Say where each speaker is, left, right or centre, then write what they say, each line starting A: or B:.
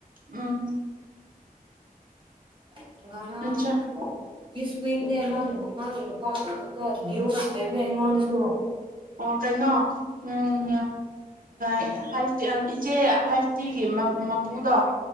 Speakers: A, on the right; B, on the right.
A: ꯎꯝ
B: <unintelligible>
A: ꯀꯦꯟꯁꯔ
B: ꯗꯤꯁ ꯋꯤꯛꯅꯦ ꯃꯥ ꯃꯥ ꯄꯥ ꯅꯥꯕꯗꯣ ꯌꯨꯅ ꯍꯥꯏꯕꯅꯦ ꯑꯩꯉꯣꯟꯗꯁꯨ
A: ꯑꯣ ꯀꯩꯅꯣ ꯎꯝ <unintelligible> ꯏꯆꯦ ꯍꯥꯏ ꯁꯤꯒꯤ ꯃꯄꯨꯗꯣ